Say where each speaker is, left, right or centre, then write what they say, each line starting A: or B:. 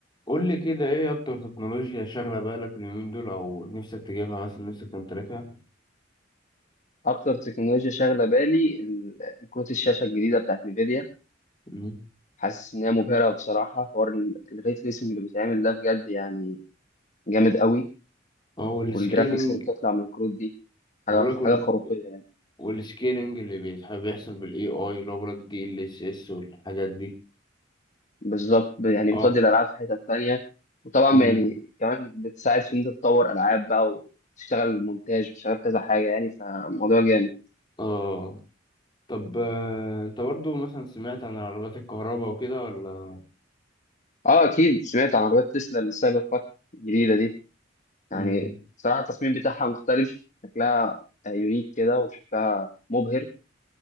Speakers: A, on the left; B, on the left.
A: قول لي كده ايه اكتر تكنولوجيا شاغله بالك اليومين دول او نفسك تجيبها مثلا نفسك تمتلكها
B: اكتر تكنولوجيا شاغله بالي ال- كروت الشاشه الجديده بتاعت نيفيديا
A: مم.
B: حاسس ان هي مبهره بصراحه حوار الري تريسنج اللي بيتعمل ده بجد يعني جامد قوي
A: هو السكيلينج
B: والجرافيكس اللي بتطلع من الكروت دي حاجه
A: هو بقولك وال-
B: حاجه خرافيه يعني
A: والسكيلينج اللي بيتحب بيحصل بالاي اي اللي هو بقولك دي ال اس اس والحاجات دي
B: بالظبط ب- يعني
A: اه
B: بتودي الالعاب في حته تانية وطبعا
A: امم
B: يعني كمان بتساعد في ان انت تطور العاب بقى وتشتغل مونتاج وتشتغل كذا حاجه يعني فموضوع جامد
A: اه طب آه، انت برضو مثلا سمعت عن عربات الكهرباء وكده ولا
B: اه اكيد سمعت عن عربيه تسلا السايبر تراك الجديده دي يعني
A: امم
B: صراحة التصميم بتاعها مختلف شكلها يونيك كده وشكلها مبهر